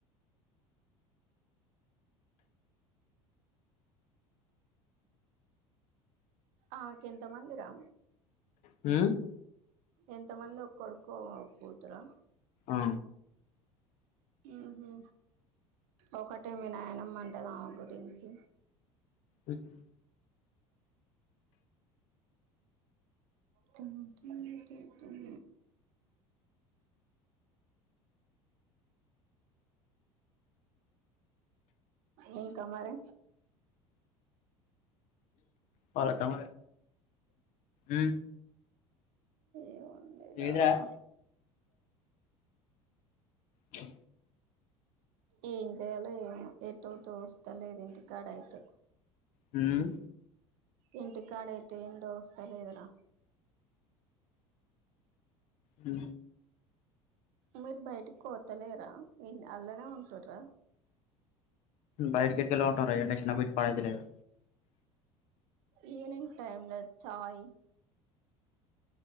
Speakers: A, on the right; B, on the left.
A: ఆక ఎంతమంది రా
B: ఊ
A: ఎంత మంది ఒక్కడుకో కూతురు
B: ఆ
A: ఉహు ఒకటే వినాయనంమంటద ఆమె గురించి
B: ఉహు
A: టిమ్ టిమ్ టీం ఏం కామారే
B: పలకమ ఊ
A: ఏముందిరా
B: లేద్రా చె
A: ఏం చేయాలో ఏం ఇటుతోస్తలేదు ఇంటి కాడ అయితే
B: హ్మ్
A: ఇంటి కాడ అయితే ఎం తోస్తలేదు ర
B: ఉ
A: మీరు బయటికి పోతలేరా అలానే ఉంటార్రా
B: బైట గెట్ గంట నసిన బ పాయిది లేదు
A: ఈవిెనింగ్ టైమ్ లో చాయ్